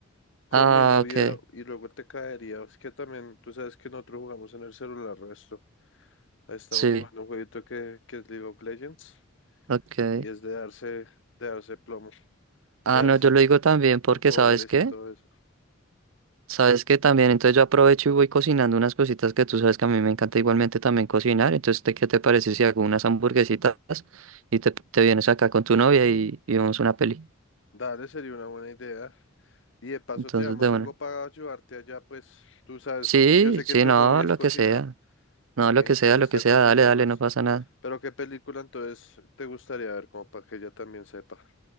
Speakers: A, on the left; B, on the right.
A: con
B: Ah,
A: mi novia
B: ok,
A: y luego te caería. Es que también, tú sabes que nosotros jugamos en el celular resto. Estamos
B: sí,
A: jugando un jueguito que, que es League of Legends
B: ok.
A: y es de darse, de darse plomo,
B: Ah,
A: de darse
B: no, yo lo digo también porque,
A: con poderes
B: ¿sabes qué?
A: y todo eso.
B: Sabes que también, entonces yo aprovecho y voy cocinando unas cositas que tú sabes que a mí me encanta igualmente también cocinar. Entonces, ¿te- ¿qué te parece si hago unas hamburguesitas y te, te vienes acá con tu novia y, y vemos una peli?
A: Dale, sería una buena idea. Y de paso
B: Entonces,
A: te damos
B: de una.
A: algo para ayudarte allá, pues tú sabes
B: Sí,
A: que yo sé
B: sí,
A: que tu
B: no,
A: hobby es
B: lo
A: cocinar.
B: que sea. No,
A: También
B: lo que sea,
A: te gusta
B: lo que sea,
A: cocinar
B: dale, dale,
A: resto.
B: no pasa nada.
A: Pero ¿qué película entonces te gustaría ver como para que ella también sepa?